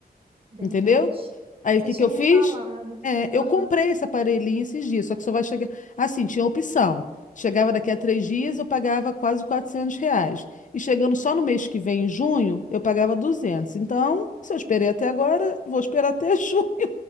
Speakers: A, on the right (about 35°); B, on the left (about 50°).
A: Verdade.
B: entendeu? Aí
A: Você
B: o que
A: tinha
B: que eu
A: me
B: fiz?
A: falado.
B: É,
A: Aham.
B: eu comprei esse aparelhinho esses dias, só que só vai chegar. Assim, tinha opção. Chegava daqui a três dias, eu pagava quase 400 reais. E chegando só no mês que vem, em junho, eu pagava 200. Então, se eu esperei até agora, vou esperar até <laughs> junho